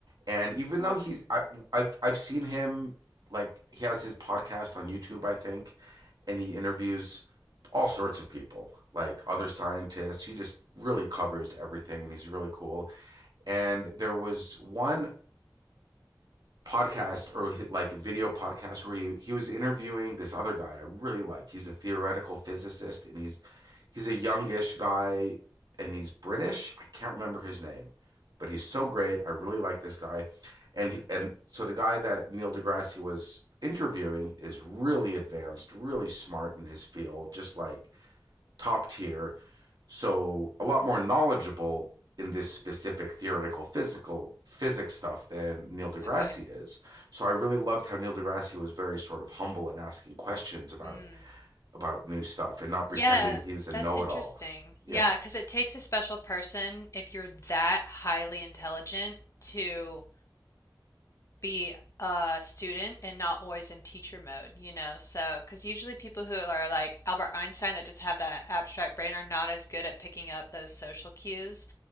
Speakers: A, on the right; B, on the left.
A: And even though he's, I, I've I've seen him like he has his podcast on YouTube, I think, and he interviews all sorts of people, like other scientists. He just really covers everything, and he's really cool. And there was one podcast or like video podcast where he he was interviewing this other guy I really like. He's a theoretical physicist and he's he's a youngish guy and he's British. I can't remember his name, but he's so great. I really like this guy. And he, and so the guy that Neil deGrasse was interviewing is really advanced, really smart in his field, just like top tier, so a lot more knowledgeable in this specific theoretical physical physics stuff than Neil deGrasse
B: Okay.
A: is. So I really loved how Neil deGrasse was very sort of humble and asking questions about
B: Mm.
A: about new stuff and not pretending
B: Yeah,
A: he's a know-it-all.
B: that's interesting.
A: Yeah.
B: Yeah, because it takes a special person if you're that highly intelligent to be a student and not always in teacher mode, you know? So, because usually people who are like Albert Einstein that just have that abstract brain are not as good at picking up those social cues,